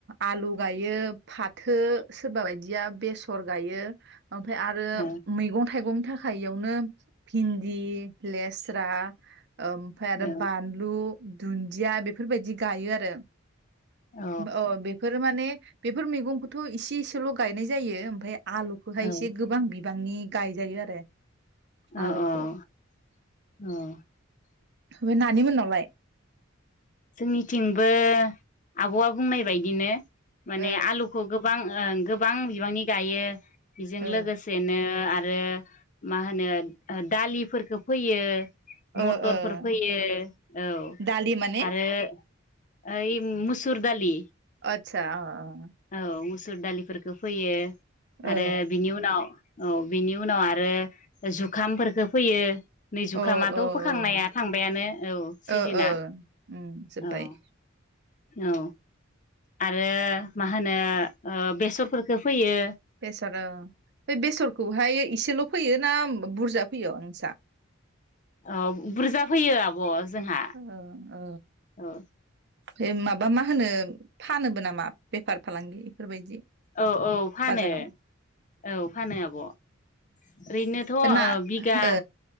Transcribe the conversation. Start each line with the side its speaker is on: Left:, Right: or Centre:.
Right: आलु गायो फाथो सोरबा बादिया बेसर गायो। ओमफ्राय आरो
Left: औ
Right: मैगं थाइगं यावनो भिन्दि लेस्रा ओमफ्राय आरो
Left: औ
Right: बानलु दुन्दिया बेफोरबायदि गायो आरो
Left: औ
Right: अ बेफोरो माने बेफोर मैगंखौथ' इसे इसेल' गायनाय जायो। ओमफाय आलुखौहाय
Left: औ
Right: एसे गोबां बिदि बिबांनि गायजायो आरो
Left: औ
Right: आलुखौ
Left: औ औ
Right: बे नानि मोननावलाय?
Left: जोंनिथिंबो आब'आ बुंनाय बायदिनो। माने
Right: औ
Left: आलुखौ गो बां ओ गोबां बिबांनि गायो। बेजों
Right: ओ
Left: लोगोसेनो आरो रो मा होनो दालिफोरखो फोयो।
Right: ओ
Left: मटरफोर
Right: ओ
Left: फोयो। औ
Right: दालि माने
Left: आरो ओ इ मसुर दालि
Right: आतसा ओ ओ
Left: औ मुसुर दालिफोरखौ फैयो।
Right: अ
Left: आरो बिनि उनाव औ बिनि उनाव आरो जुखामफोरफोरखो फोयो। नै जुखामाथ'
Right: औ औ
Left: फोखांनाया
Right: औ
Left: थांबायानो औ सिजोना
Right: ओ ओ उम जोब्बाय
Left: औ औ आरो मा होनो ओ बेसरफोरखौ फोयो।
Right: बेसर ओ बे बेसरखौहाय एसेल' फोयो ना बुरजा फोयो नोंसा?
Left: अ बुरजा फोयो आब' जोंहा
Right: औ औ
Left: औ
Right: बे माबा मा होनो फानोबो नामा बेफार फालांगि बेफोरबायदि
Left: औ औ फानो
Right: बाजाराव?
Left: औ फानो आब' ओरैनोथ' ओ
Right: बे ना
Left: बिगा
Right: ओ